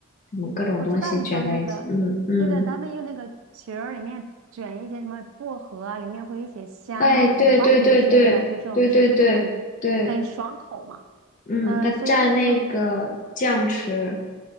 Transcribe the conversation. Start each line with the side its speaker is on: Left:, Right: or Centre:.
Left: 什么各种东西卷在一起。
Right: 我知道你说那个，
Left: 嗯嗯，
Right: 对的，他们用那个皮儿里面卷一些什么薄荷啊，里面会有一些虾呀、
Left: 哎，
Right: 黄瓜什么之类的，
Left: 对对对对对对对对，
Right: 就这种吃就是很很爽口嘛。
Left: 嗯，
Right: 嗯，
Left: 它蘸那个酱吃。
Right: 所以就是说。